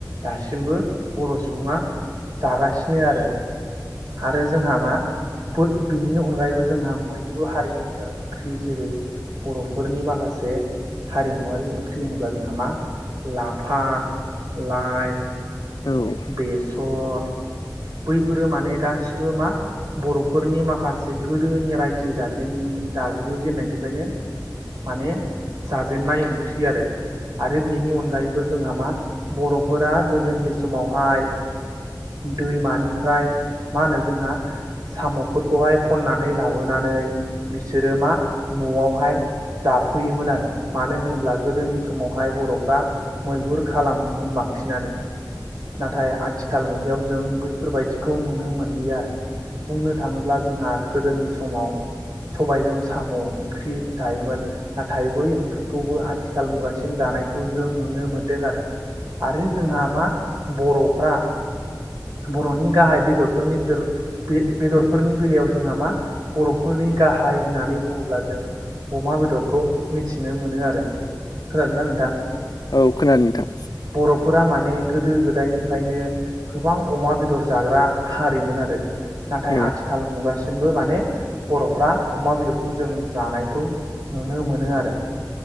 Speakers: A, on the right (about 60°); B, on the left (about 65°).
A: दासिमबो बर' सुबुङा जागासिनो आरो आरो जोंहा मा फोर बेनि अनगायैबो जोंहा मैद्रु हारिनि ओंख्रि जेरै बर'फोरनि माखासे हारिमुवारि ओंख्रि होनोब्ला जोंहा मा? लाफा, लाइ
B: औ
A: बेसर बैफोरो माने गासिबो मा बर'फोरनि माखासे गोदोनि राज्यो जाजेन जाबो जेननायनिफ्रायनो माने जाजेननाय ओंख्रि आरो आरो बेनि अनगायैबो जोंहा मा बर'फोरा गोदोनि समावहाय दैमानिफ्राय मा होनो जोंहा साम'फोरखौहाय खननानै लाबोनानै बिसोरो मा? न'आवहाय जाफैयोमोन आरो मानो होनोब्ला गोदोनि समावहाय बर'फ्रा मैहुर खालामोमोन बांसिनानो नाथाय आथि आथिखाल मुगायाव जों बैफोरबायदिखौ नुनो मोनलिया आरो बुंनो थाङोब्ला जोंहा गोदोनि समाव सबायजों साम' ओंख्रि जायोमोन नाथाय बै ओंख्रि खौबो आथिखाल मुगासिम जानायखौ जों नुनो मोनदों आरो आरो जोंहा मा? बर'फ्रा बर'नि गाहाय बेदरफोरनि बेर बे बेदरफोरनि बेलायाव जोंहा मा? बर'फोरनि गाहाय होननानै बुङोब्ला जों अमा बेदरखौ मिथिनो मोनो आरो खोनादोंना नोंथां?
B: औ खोनादों नोंथां।
A: बर'फोरा माने गोदो गोदायनिफ्रायनो गोबां अमा बेदर जाग्रा हारिमोन आरो नाथाय
B: औ
A: आथिखाल मुगासिमबो माने बर'फ्रा अमा बेदरखौ जों जानायखौ नुनो मोनो आरो